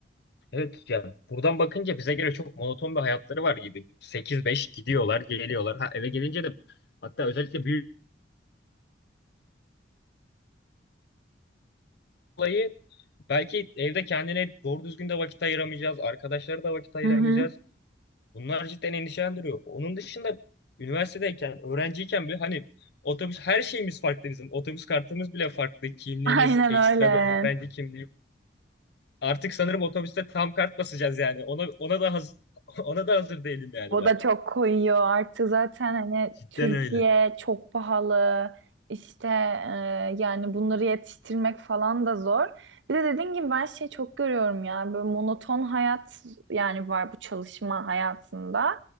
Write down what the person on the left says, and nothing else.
Evet ya buradan bakınca bize göre çok monoton bir hayatları var gibi. Sekiz beş gidiyorlar, geliyorlar. Ha, eve gelince de hatta özellikle büyük olayı belki evde kendine doğru düzgün de vakit ayıramayacağız. Arkadaşlara da vakit ayıramayacağız.
Bunlar cidden endişelendiriyor. Onun dışında üniversitedeyken, öğrenciyken bile hani otobüs her şeyimiz farklı bizim. Otobüs kartımız bile farklı. Kimliğimiz
ekstra
bir öğrenci kimliği. Artık sanırım otobüste tam kart basacağız yani. Ona ona da haz- <laughs> ona da hazır değilim yani
ben.
Cidden
öyle.